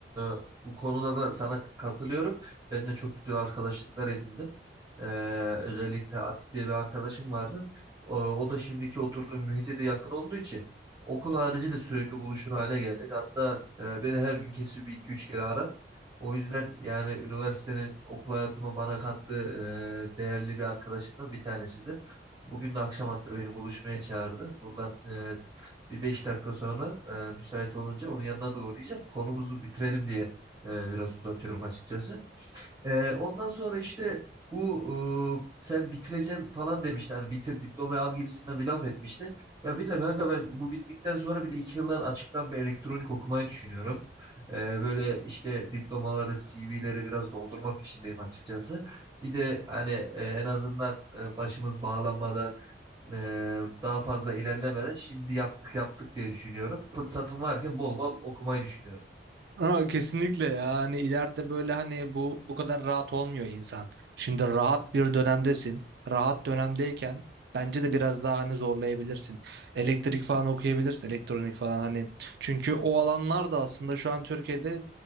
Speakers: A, on the right (about 20°); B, on the right (about 60°).
A: Ee, bu konuda da sana katılıyorum. Ben de çok güzel arkadaşlıklar edindim. Ee, özellikle Atik diye bir arkadaşım vardı. O, o da şimdiki oturduğum mühite de yakın olduğu için okul harici de sürekli buluşur hale geldik. Hatta e, beni her gün kesin bir iki üç kere arar. O yüzden yani üniversitenin okul hayatıma bana kattığı e, değerli bir arkadaşımdan bir tanesidir. Bugün de akşam hatta beni buluşmaya çağırdı. Buradan e, bir 5 dakika sonra e, müsait olunca onun yanına da uğrayacağım. Konumuzu bitirelim diye e, biraz uzatıyorum açıkçası. Ee, ondan sonra işte bu e, sen bitireceğim falan demişti. Hani bitir diplomayı al gibisinden bir laf etmişti. Ya bir de kanka ben bu bittikten sonra bir de iki yıldan açıktan bir elektronik okumayı düşünüyorum. Ee, böyle işte diplomaları, CV'leri biraz doldurma peşindeyim açıkçası. Bir de hani e, en azından e, başımız bağlanmadan e, daha fazla ilerlemeden şimdi yaptık yaptık diye düşünüyorum. Fırsatım varken bol bol okumayı düşünüyorum.
B: Ama kesinlikle ya hani ileride böyle hani bu bu kadar rahat olmuyor insan. Şimdi rahat bir dönemdesin. Rahat dönemdeyken bence de biraz daha hani zorlayabilirsin. Elektrik falan okuyabilirsin, elektronik falan hani. Çünkü o alanlar da aslında şu an Türkiye'de